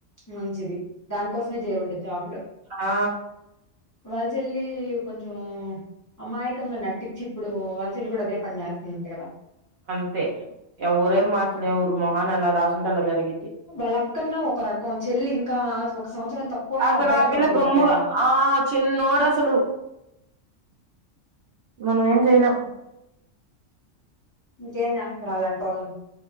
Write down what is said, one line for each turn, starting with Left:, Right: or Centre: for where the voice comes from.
Left: మంచిది దానికోసమే చేరుంటుది జాబ్ లో.
Right: ఆ
Left: వాళ్ళ చెల్లి కొంచం. అమాయకంగా నటించి ఇప్పుడు, వాళ్ల. చెల్లి కూడా అదే పని చేస్తుందట కదా?
Right: అంతే ఎవ్వరేం మార్చలేరు. ఎవరి మొహాన ఎలా రాసుంటే అలా జరిగిద్ది.
Left: వాళ్ళక్కన్నా ఒక రకం చెల్లి ఇంకా ఒక సంవత్సరం తక్కువయినా
Right: అసలు
Left: అబ్బాయినే
Right: ఆ పిల్ల
Left: పట్టుకుందంట
Right: గమ్ముగా
Left: కదా?
Right: ఆ చిన్నోడు అసలు మనం ఏం చెయలేం.
Left: ఇంకేం చేస్తారు అలాంటోళ్లని.